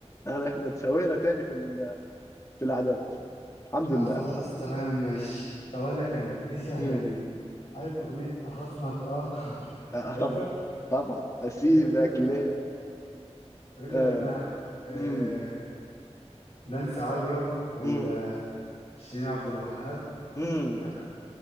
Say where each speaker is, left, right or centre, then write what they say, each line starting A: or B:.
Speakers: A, on the left; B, on the left.
A: انا احنا اتسوينا تاني في ال... في الاعداد الحمد
B: اه
A: لله
B: خلاص
A: الحمد
B: تمام
A: لله
B: ماشي طب اقول لك انا دي سهله
A: امم
B: دي عارف اغنيه اخصمك اه <laughs>
A: آه
B: عارفها
A: طبعا طبعا
B: آه،
A: اسيبك
B: مين اللي غناها
A: ليه
B: مين اللي
A: آه.
B: غناها بقى؟ آه
A: امم
B: نانسي عجرم ولا
A: امم
B: شيرين عبد الوهاب
A: امم
B: تمام